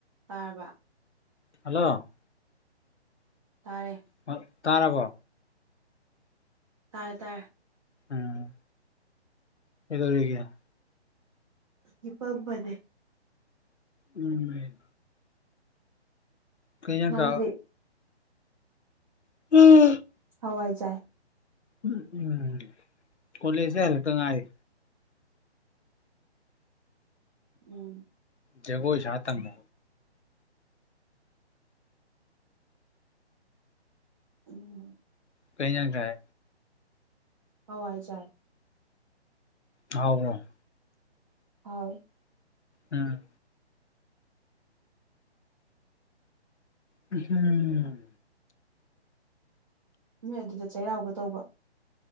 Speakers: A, on the right; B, on the left.
A: ꯇꯥꯔꯕ
B: ꯍꯜꯂꯣ
A: ꯇꯥꯔꯦ
B: ꯍꯣꯏ ꯇꯥꯔꯕꯣ
A: ꯇꯥꯔꯦ ꯇꯥꯔꯦ
B: ꯎꯝ ꯀꯩꯗꯧꯔꯤꯒꯦ
A: ꯍꯤꯞꯄꯝꯕꯅꯦ
B: ꯎꯝ ꯀꯩ ꯏꯟꯖꯥꯡ
A: ꯅꯪꯗꯤ
B: ꯆꯥ <unintelligible>
A: ꯍꯋꯥꯏ ꯆꯥꯏ
B: ꯎꯝ ꯎꯝ ꯀꯣꯂꯦꯖꯦ ꯍꯂꯛꯇ ꯉꯥꯏꯔꯤ
A: ꯎꯝ
B: ꯖꯒꯣꯏ ꯁꯥ ꯇꯝꯃꯣ
A: ꯎꯝ
B: ꯀꯩ ꯌꯦꯟꯖꯥꯡ ꯆꯥꯏ
A: ꯍꯋꯥꯏ ꯆꯥꯏ
B: ꯍꯥꯎꯕ꯭ꯔꯣ
A: ꯍꯥꯎ
B: ꯎꯝ ꯎꯍꯝ
A: ꯅꯣꯏ ꯑꯗꯨꯗ ꯆꯩꯔꯥꯎꯕ ꯇꯧꯕꯔꯣ